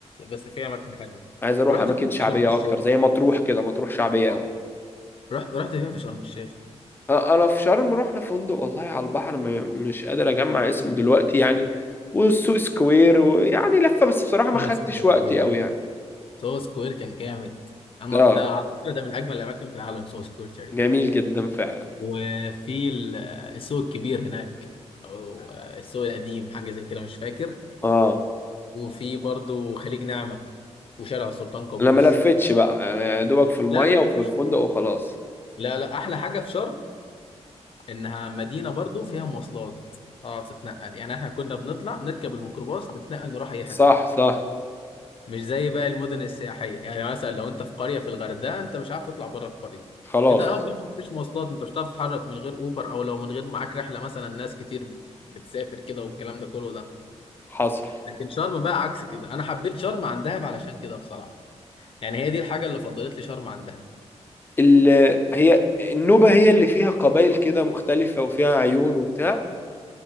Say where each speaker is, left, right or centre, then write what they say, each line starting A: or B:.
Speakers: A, on the left; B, on the left.
A: بس في اماكن حلوه
B: عايز اروح
A: رحت
B: اماكن
A: فين في
B: شعبيه
A: شرم الشيخ
B: اكتر زي مطروح كده مطروح شعبيه
A: اه
B: قوي
A: رحت رحت فين في شرم الشيخ
B: انا في شرم رحنا فندق والله على البحر م- مش قادر اجمع اسمه دلوقتي يعني والسوق سكوير ويعني لفه بس بصراحه ما
A: سوهو
B: خدتش
A: سكوير
B: وقتي قوي يعني
A: سوهو سكوير كان جامد انا
B: اه
A: ده على فكره ده من اجمل الاماكن في العالم سوهو سكوير تقريبا
B: جميل جدا فعلا
A: وفي ال- السوق الكبير هناك او السوق القديم حاجه زي كده مش فاكر
B: اه
A: وفي برضو خليج نعمه وشارع السلطان قابوس
B: انا ما لفتش بقى يعني يا دوبك في الميه
A: لا لا
B: وفي
A: يا باشا
B: الفندق وخلاص
A: لا لا احلى حاجه في شرم انها مدينه برضو فيها مواصلات تعرف تتنقل يعني احنا كنا بنطلع نركب الميكروباص نتنقل نروح اي
B: صح
A: حته
B: صح
A: مش زي باقي المدن السياحيه يعني مثلا لو انت في قريه في الغردقه انت مش عارف تطلع بره القريه
B: خلاص
A: في دهب برضو مفيش مواصلات انت مش هتعرف تتحرك من غير اوبر او لو من غير معاك رحله مثلا ناس كتير بت... بتسافر كده والكلام ده كله ده
B: حصل
A: لكن شرم بقى عكس كده انا حبيت شرم عن دهب علشان كده بصراحه يعني هي دي الحاجه اللي فضلت لي شرم عن دهب
B: ال... هي النوبه هي اللي فيها قبائل كده مختلفه وفيها عيون وبتاع